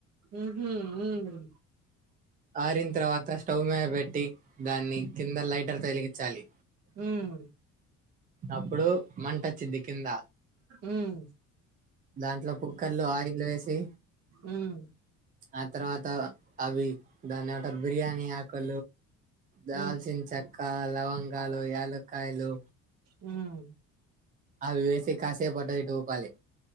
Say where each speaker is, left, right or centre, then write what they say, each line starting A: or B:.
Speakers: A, on the right (about 50°); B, on the right (about 25°).
A: ఉహు ఉమ్
B: ఆరిన తర్వాత స్టవ్ మీద పెట్టి దాన్ని కింద లైటర్ తో వెలిగిచాలి
A: ఉమ్
B: అప్పుడు మంటోచ్చిద్ది కింద
A: ఉమ్
B: దాంట్లో కుక్కర్ లో ఆయిల్ వేసి,
A: ఉమ్
B: ఆ తర్వాత అవి దాన్ని ఏమంటారు. బిర్యానీ ఆక్ క, దాల్చిన
A: ఉమ్
B: చెక్క, లవంగాలు, యాలక్కాయలు,
A: ఉమ్
B: అవి వేసి కాసేపు అటు ఇటు ఊపాలి.